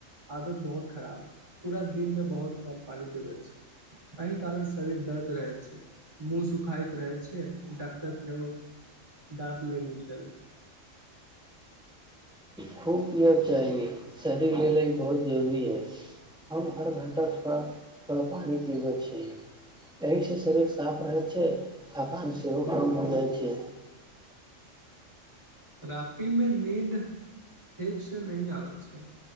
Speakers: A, on the right (about 20°); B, in the centre.
A: आदत बहुत खराब छै पूरा दिनमे बहुत कम पानि पीबैत छै एहि कारण शरीर दर्द रहैत छै मुँह सुखाइत रहै छै डॉक्टर सेहो डाँट लेने छल
B: खूब य शरीर ल ई बहुत जरूरी हइ हम हर घण्टा थोड़ा थोड़ा पानि पीबै छी एहिसँ शरीर साफ रहै छै थकान सेहो कम हो जाइ छै
A: रातिमे नीन्द ठीक से नही आबै छै